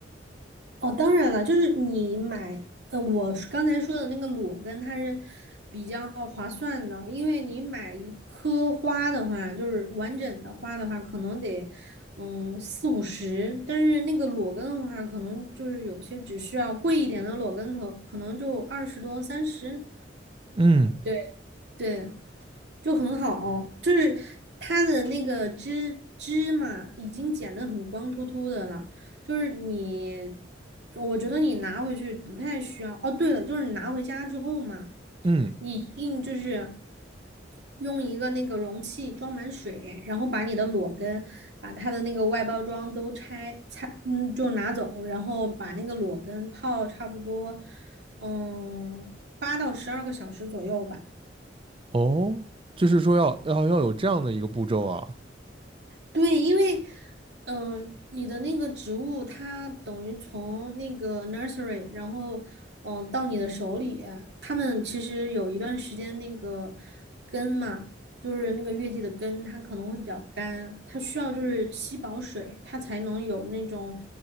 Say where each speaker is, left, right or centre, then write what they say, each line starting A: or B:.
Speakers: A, on the right (about 65°); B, on the right (about 30°).
A: 哦，当然了，就是你买，呃，我是刚才说的那个裸根，它是比较划算的，因为你买一颗花的话，就是完整的花的话，可能得嗯四五十，但是那个裸根的话，可能就是有些只需要贵一点的裸根头，可能就二十多三十。
B: 嗯
A: 对对，就很好，就是它的那个芝芝嘛，已经剪得很光秃秃的了，就是你，我觉得你拿回去不太需要。哦，对了，就是你拿回家之后嘛，
B: 嗯，
A: 你一定就是用一个那个容器装满水，然后把你的裸根，把它的那个外包装都拆拆，嗯，就拿走，然后把那个裸根泡差不多，嗯，八到十二个小时左右吧。
B: 哦，就是说要要要有这样的一个步骤啊，
A: 对，因为，嗯、你的那个植物它等于从那个 nursery，然后，嗯、到你的手里，他们其实有一段时间那个根嘛，就是那个月季的根，它可能会比较干，它需要就是吸饱水，它才能有那种，